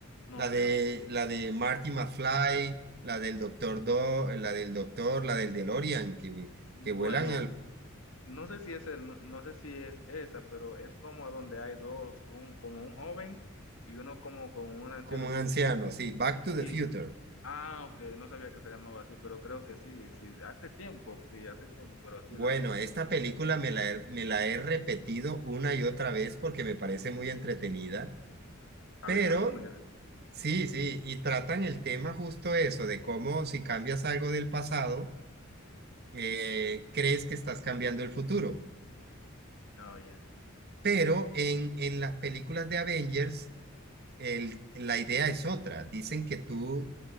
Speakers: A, on the left; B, on the right.
A: no
B: La
A: creo.
B: de, la de Marty McFly, la del Doctor Do, la del Doctor, la del DeLorean, que,
A: Bueno.
B: que vuelan al-
A: No sé si es el- no, no sé si es esa, pero es como a donde hay dos, un como un joven y uno como con un anciano.
B: como
A: Yo
B: ancianos, sí, Back to
A: y
B: the Future.
A: ah, ok, no sabía que se llamaba así, pero creo que sí, sí, hace tiempo, sí, hace tiempo, pero sí
B: Bueno,
A: la vi.
B: esta película me la, he- me la he repetido una y otra vez porque me parece muy entretenida,
A: La
B: pero
A: verdad fue muy divertida.
B: sí, sí, y tratan el tema justo eso, de cómo si cambias algo del pasado, eh, crees que estás cambiando el futuro.
A: Oh, ya.
B: Pero en, en las películas de Avengers, el, la idea es otra. Dicen que tú,